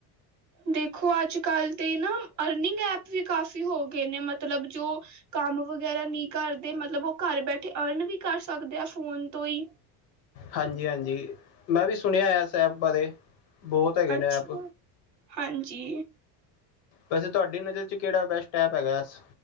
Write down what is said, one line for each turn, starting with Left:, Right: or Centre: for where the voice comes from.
Right: ਦੇਖੋ ਅੱਜ ਕੱਲ ਤੇ ਨਾ ਅਰਨਿੰਗ ਐਪ ਵੀ ਕਾਫ਼ੀ ਹੋ ਗਏ ਨੇ ਮਤਲਬ ਜੋ ਕੰਮ ਵਗੈਰਾ ਨੀ ਕਰਦੇ, ਮਤਲਬ ਔ ਘਰ ਬੈਠੇ ਅਰਨ ਵੀ ਕਰ ਸਕਦੇ ਆ ਫੋਨ ਤੋ ਈ।
Left: ਹਾਂਜੀ-ਹਾਂਜੀ, ਮੈਂ ਵੀ ਸੁਣਿਐ ਐਸ ਐਪ ਬਾਰੇ। ਬਹੁਤ ਹੈਗੇ
Right: ਅੱਛਾ,
Left: ਨੇ ਐਪ
Right: ਹਾਂਜੀ।
Left: ਵੈਸੇ ਤੁਆਡੀ ਨਜ਼ਰ 'ਚ ਕੇੜਾ ਬੈਸਟ ਐਪ ਹੈਗੈ ਐਸ